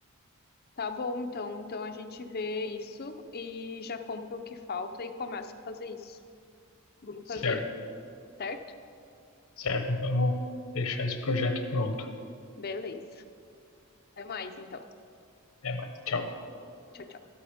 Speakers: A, on the left; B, on the left.
A: Tá bom, então. Então a gente vê isso e já compra o que falta e começa a fazer isso. Vamos
B: Certo,
A: fazer, certo?
B: certo. Vamos deixar esse projeto pronto.
A: Beleza. Até mais, então.
B: Até mais. Tchau.
A: Tchau, tchau.